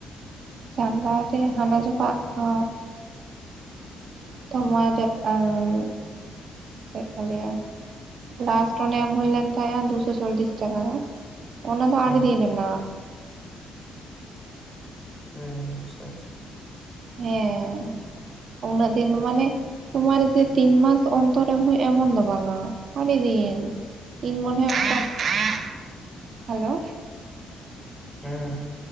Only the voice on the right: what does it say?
ᱪᱟᱸᱫᱟ ᱨᱮ ᱦᱟᱱᱟ ᱡᱚᱠᱷᱟᱜ, ᱟ᱾ ᱛᱚᱢᱟ <unintelligible> ᱪᱮᱫ ᱠᱚ ᱞᱟᱹᱭᱟ ᱞᱟᱥᱴ ᱚᱱᱮ ᱮᱢ ᱦᱩᱭᱞᱮᱱ ᱛᱟᱦᱮᱸᱼᱟ ᱫᱩᱥᱚ ᱪᱚᱞᱤᱥ ᱴᱟᱠᱟ ᱜᱟᱱ ᱚᱱᱟ ᱫᱚ
ᱟᱹᱰᱤ ᱫᱤᱱ ᱨᱮᱱᱟᱜ
ᱦᱮᱸ <unintelligible> ᱩᱱᱟᱹᱜ ᱫᱤᱱ ᱢᱟᱱᱮ <unintelligible> <unintelligible> ᱛᱤᱱ ᱢᱟᱥ ᱚᱱᱛᱚᱨ ᱮᱢ ᱦᱳᱭᱳᱜ-ᱟ ᱮᱢᱚᱱ ᱫᱚ ᱵᱟᱝᱟ ᱟᱹᱰᱤ ᱫᱤᱱ ᱤᱧ ᱢᱚᱱᱮ ᱦᱚᱭ ᱚᱱᱠᱟ <unintelligible> ᱦᱮᱞᱳ